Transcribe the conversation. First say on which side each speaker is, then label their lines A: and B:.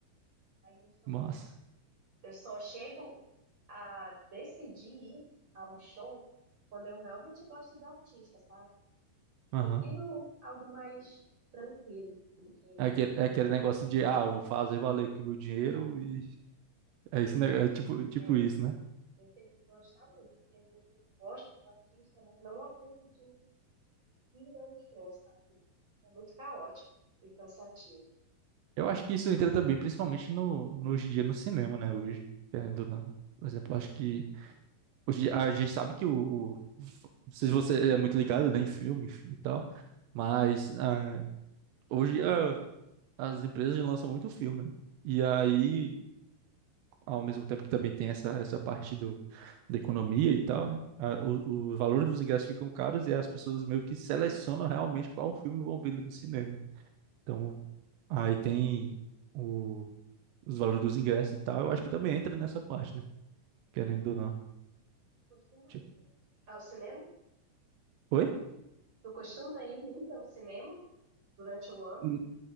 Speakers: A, on the right; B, on the right.
A: Aí eu só,
B: Massa.
A: eu só chego a decidir ir a um show quando eu realmente gosto do artista, sabe?
B: Aham.
A: Prefiro algo mais tranquilo do que
B: É aquele, é aquele negócio de, ah, eu vou fazer valer aqui o meu dinheiro e é,
A: exato.
B: esse, ne- é tipo, tipo
A: É,
B: isso, né?
A: eu tenho que gostar muito, porque às vezes eu gosto do artista, mas não a ponto de ir a um show, sabe? É muito caótico e cansativo.
B: Eu acho que isso entra também, principalmente no, no- hoje em dia no cinema, né? Hoje, querendo ou não. Por exemplo, eu acho que hoje a gente sabe que o, o- não sei se você é muito ligado, né, em filme e tal, mas ah, hoje ah, as empresas lançam muito filme. né? E aí ao mesmo tempo que também tem essa, essa parte do, da economia e tal, né? A, o, os valores dos ingressos ficam caros e as pessoas meio que selecionam realmente qual filme vão ver no cinema. Então, aí tem o, os valores dos ingressos e tal. Eu acho que também entra nessa parte, né? Querendo ou não.
A: Costuma
B: Tipo,
A: ir muito ao cinema?
B: oi?
A: Tu costuma ir muito ao cinema durante o ano?
B: Hum,